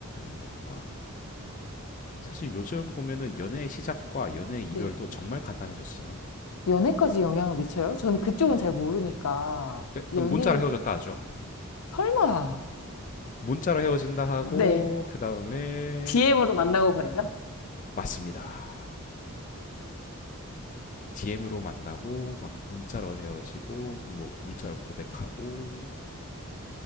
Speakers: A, on the left (about 35°); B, on the left (about 85°).
A: 것과 사실 요즘 보면은 연애 시작과 연애 이별도
B: 네.
A: 정말 간단해졌어요.
B: 연애까지 영향을 미쳐요? 저는 그쪽은 잘 모르니까.
A: 그,
B: 연애에도?
A: 문자로 헤어졌다 하죠.
B: 설마.
A: 문자로 헤어진다 하고
B: 네.
A: 그 다음에
B: DM으로 만나고 그래요?
A: 맞습니다. DM으로 만나고 막 문자로 헤어지고 뭐 문자로 고백하고